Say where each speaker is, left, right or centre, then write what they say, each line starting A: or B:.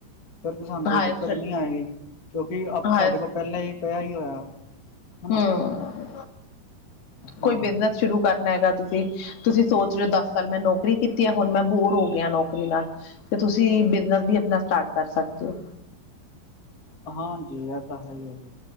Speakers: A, on the left; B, on the left.
A: ਫਿਰ ਤਾਂ ਸਾਨੂੰ ਕੋਈ
B: ਹਾਇਰ
A: ਦਿੱਕਤ ਨਹੀਂ ਆਏਗੀ, ਕਿਉਂਕਿ
B: ਹਾਇਰ
A: ਸਾਡੇ ਕੋਲ ਪਹਿਲਾਂ ਹੀ ਪਿਆ ਹੀ ਹੋਇਆ। ਹਨਾ
B: ਹਮ ਕੋਈ
A: ਹਾਂ
B: ਬਿਜ਼ਨਸ ਸ਼ੁਰੂ। ਕਰਨਾ ਹੈਗਾ ਤੁਸੀਂ, ਤੁਸੀਂ ਸੋਚ ਰਹੇ ਹੋ ਦਸ ਸਾਲ ਮੈਂ ਨੌਕਰੀ ਕੀਤੀ ਹੈ ਹੁਣ ਮੈਂ ਬੋਰ ਹੋ ਗਿਆ ਨੌਕਰੀ ਨਾਲ਼। ਤੁਸੀਂ ਬਿਜਨਸ ਵੀ ਆਪਣਾ ਸਟਾਰਟ ਕਰ ਸੱਕਦੇ ਹੋ।
A: ਹਾਂਜੀ, ਇਹ ਤਾਂ ਹੈ ਹੀ ਹੈ ਜੀ।